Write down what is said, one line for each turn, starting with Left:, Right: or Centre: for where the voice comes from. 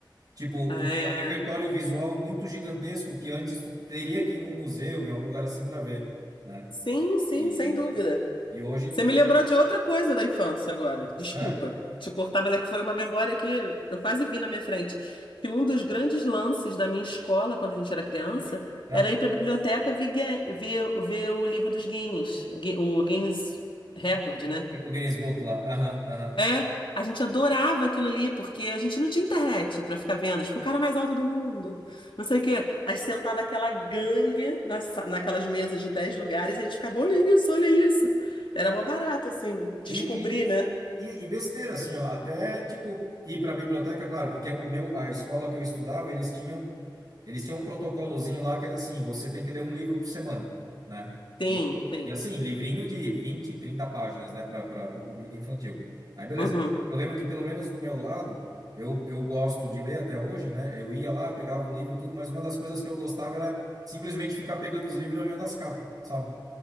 Right: Tipo,
Left: É...
Right: tu tem um repertório visual muito gigantesco que antes tu teria que ir num museu, em algum lugar assim para ver, né?
Left: Sim, sim,
Right: E,
Left: sem dúvida.
Right: e hoje
Left: Você
Right: tu...
Left: me lembrou de outra coisa da infância agora. Desculpa
Right: Ah,
Left: te cortar, mas é que foi uma memória que eu quase vi na minha frente. Que um dos grandes lances da minha escola, quando a gente era criança,
Right: ah,
Left: era ir para a biblioteca ver, gue- ver, ver o livro dos Guinness, Gui- o Guinness Record, né?
Right: o Guinness Book lá. Aham, aham.
Left: É, a gente adorava aquilo ali, porque a gente não tinha internet pra ficar vendo, tipo, o cara mais alto do mundo, não sei o quê. Aí sentava aquela gangue na, sa- naquelas mesas de 10 lugares e a gente ficava, olha isso, olha isso. Era mó barato, assim, descobrir,
Right: E, e,
Left: né?
Right: e e besteira, assim, ó, até, tipo, ir para a biblioteca, claro, porque o meu, a escola que eu estudava, eles tinham, eles tinham um protocolozinho lá que era assim, você tem que ler um livro por semana, né?
Left: Sim,
Right: E,
Left: sim.
Right: e assim, livrinho de 20 30 páginas, né, para o público infantil. Aí, beleza.
Left: Uhum.
Right: Eu lembro que, pelo menos do meu lado, eu, eu gosto de ler até hoje, né? Eu ia lá, pegava o livro e tudo, mas uma das coisas que eu gostava era simplesmente ficar pegando os livros e olhando as capas, sabe?